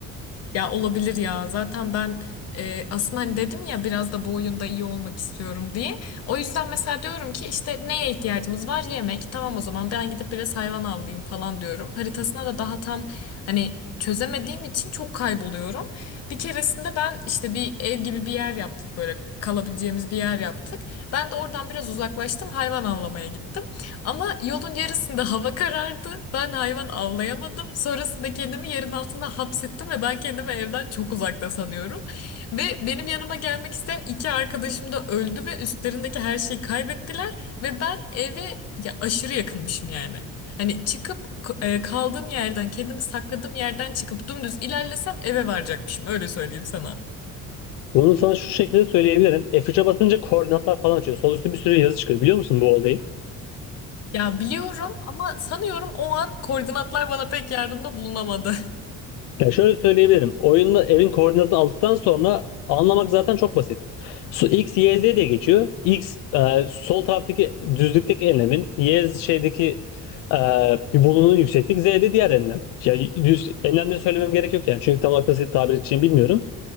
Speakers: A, on the left; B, on the left.
A: Ya olabilir ya. Zaten ben e, aslında hani dedim ya biraz da bu oyunda iyi olmak istiyorum diye. O yüzden mesela diyorum ki işte neye ihtiyacımız var? Yemek. Tamam o zaman ben gidip biraz hayvan avlayayım falan diyorum. Haritasına da daha tam hani çözemediğim için çok kayboluyorum. Bir keresinde ben işte bir ev gibi bir yer yaptık böyle kalabileceğimiz bir yer yaptık. Ben de oradan biraz uzaklaştım hayvan avlamaya gittim. Ama yolun yarısında hava karardı. Ben hayvan avlayamadım. Sonrasında kendimi yerin altına hapsettim ve ben kendimi evden çok uzakta sanıyorum. Ve benim yanıma gelmek isteyen iki arkadaşım da öldü ve üstlerindeki her şeyi kaybettiler. Ve ben eve ya aşırı yakınmışım yani. Hani çıkıp k- e, kaldığım yerden, kendimi sakladığım yerden çıkıp dümdüz ilerlesem eve varacakmışım. Öyle söyleyeyim sana.
B: Bunu sana şu şekilde söyleyebilirim. F3'e basınca koordinatlar falan açıyor. Sol üstte bir sürü yazı çıkıyor. Biliyor musun bu olayı?
A: Ya biliyorum ama sanıyorum o an koordinatlar bana pek yardımda bulunamadı.
B: Ya şöyle söyleyebilirim. Oyunda evin koordinatını aldıktan sonra anlamak zaten çok basit. Su X, Y, Z diye geçiyor. X e, sol taraftaki düzlükteki enlemin, Y şeydeki e, bir bulunun yükseklik, Z de diğer enlem. Ya düz enlemleri söylemem gerek yok yani. Çünkü tam olarak nasıl tabir edeceğimi bilmiyorum.